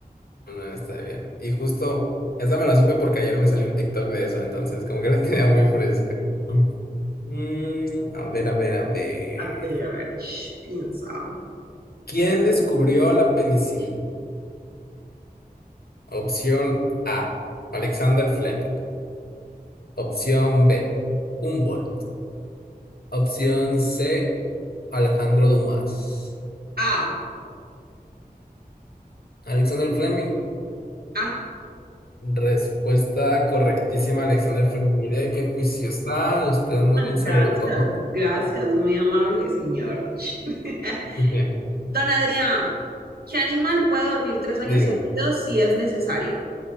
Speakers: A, on the left; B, on the right.
A: no está bien. Y justo, esa me la supe porque ayer me salió un TikTok de eso, entonces como que la tenía muy fresca. Mm, a ver, a ver, a ver.
B: A ver, ch, piensa.
A: ¿Quién descubrió la penicilina? Opción A, Alexander Fleming. Opción B, Humboldt. Opción C, Alejandro Dumas.
B: Ah,
A: Alexander Fleming.
B: ah,
A: Respuesta correctísima, Alexander Fleming. Mire qué juicio está. Usted muy
B: gracias,
A: todo.
B: gracias, muy amable, señor. <laughs>
A: <laughs>
B: Don Adrián, ¿qué animal puede dormir tres años
A: Dígame,
B: seguidos si es necesario?